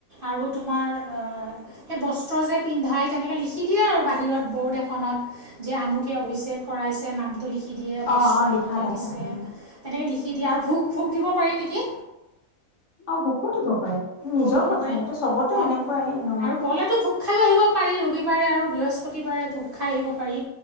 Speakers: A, on the right; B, on the left.
A: আৰু তোমাৰ সেই বস্ত্ৰ যে পিন্ধাই তেনেকে লিখি দিয়ে আৰু বাহিৰত বৰ্ড এখনত যে আমোকে অভিষেক কৰাইছে, নামটো লিখি দিয়ে,
B: অ
A: বস্ত্ৰ
B: অ লিখা
A: আমোকে
B: থাকে
A: দিছে,
B: অ।
A: এনেকে লিখি কি দিয়া আৰু ভোক-ভোক দিব পাৰি নেকি?
B: অ, ভোকো দিব পাৰে, নিজৰ
A: ভোগ দিব
B: কথা
A: পাৰি
B: এইটো চবতে
A: অঁ
B: এনেকুৱাই। নিয়মটো।
A: আৰু গ'লেতো ভোগ খাইয়ো আহিব পাৰি, ৰবিবাৰে আৰু বৃহস্পতিবাৰে ভোগ খাই আহিব পাৰি।